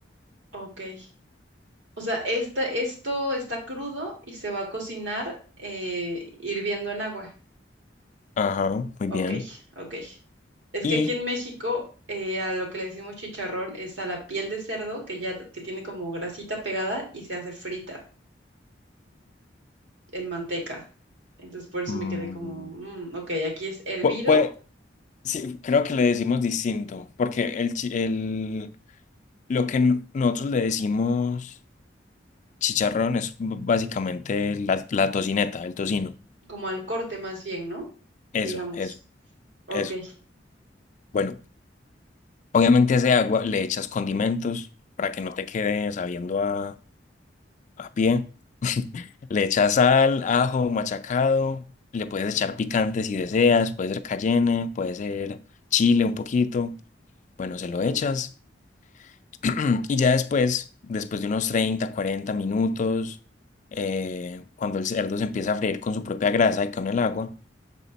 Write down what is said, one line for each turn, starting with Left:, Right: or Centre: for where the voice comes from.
Right: Ok. O sea, esta, esto está crudo y se va a cocinar eh, hirviendo en agua.
Left: Ajá, muy
Right: Ok,
Left: bien.
Right: ok. Es
Left: Y
Right: que aquí en México eh, a lo que le decimos chicharrón es a la piel de cerdo que ya que tiene como grasita pegada y se hace frita en manteca. Entonces por eso
Left: mm,
Right: me quedé como, mm, ok, aquí es hervido,
Left: pu- pue- sí, creo que le decimos distinto, porque el, chi- el, lo que n- nosotros le decimos chicharrón es b- básicamente la, la tocineta, el tocino.
Right: como al corte más bien, ¿no?
Left: Eso,
Right: Digamos.
Left: eso,
Right: Ok.
Left: eso. Bueno, obviamente a ese agua le echas condimentos para que no te quede sabiendo a pie. <laughs> Le echas sal, ajo, machacado. Le puedes echar picante si deseas. Puede ser cayenne, puede ser chile un poquito. Bueno, se lo echas. <clears throat> Y ya después, después de unos 30 40 minutos, eh, cuando el cerdo se empieza a freír con su propia grasa y con el agua,